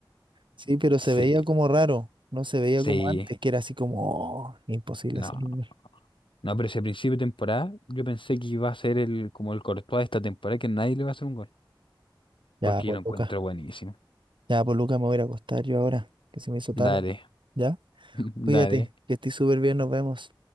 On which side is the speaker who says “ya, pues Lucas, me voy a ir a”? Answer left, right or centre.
Right